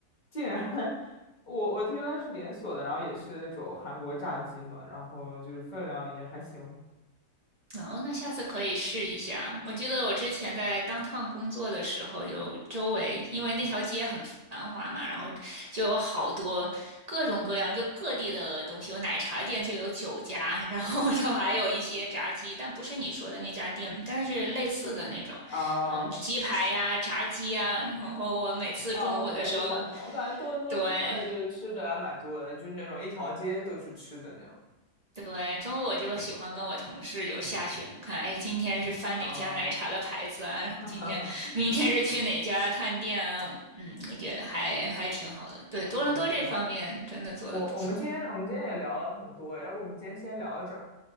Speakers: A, on the left (about 30°); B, on the right (about 50°).
A: 竟然 <laughs> 我我听说它是连锁的，然后也是那种韩国炸鸡嘛，然后就是分量也还行
B: 哦，那下次可以试一下。我记得我之前在当 o 工作的时候，有周围因为那条街很繁华嘛，然后就有好多各种各样就各地的东西，有奶茶店就有酒家，<laughs> 然后就还有一些炸鸡，但不是你说的那家店，但是类似的那种，
A: 啊。
B: 嗯，鸡排呀、炸鸡啊。然后我每次中午的时候，
A: 哦，可以想象，我感觉多伦多真的就是吃的还蛮多的，
B: 对，
A: 就是那种一条街都是吃的那种。
B: 对，中午我就喜欢跟我同事就下去看，哎，今天是翻哪家奶茶的牌子啊？
A: 啊，
B: 然后今天、
A: <laughs> 哈哈哈，
B: 明天是去哪家探店啊？嗯，我觉得还还挺好的。对，多伦多这方面真的做的不错。
A: 嗯嗯，我我们今天我们今天也聊了很多，要不我们今天先聊到这儿？